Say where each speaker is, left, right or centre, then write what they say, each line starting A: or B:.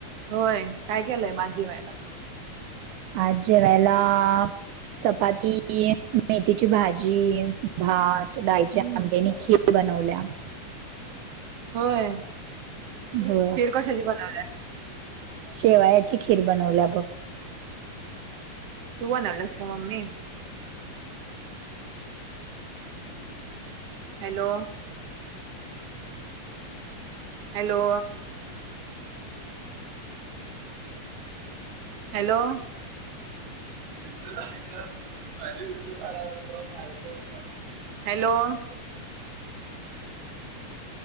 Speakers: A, on the right; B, on the right.
A: होय काय केलंय माझी महिना.
B: <inaudible> आज पेला. चपाती मेथीची भाजी. भात डाळीच्या
A: हम्म
B: आंड्यांनी खीर बनवल्या. <inaudible>
A: होय.
B: हो
A: खीर कशाची बनवल्यास
B: शेवायाची खीर बनवल्या बघ.
A: तू बनलस का मम्मी हॅलो! हॅलो! हॅलो! पा पा <unintelligible> Hello! <inaudible>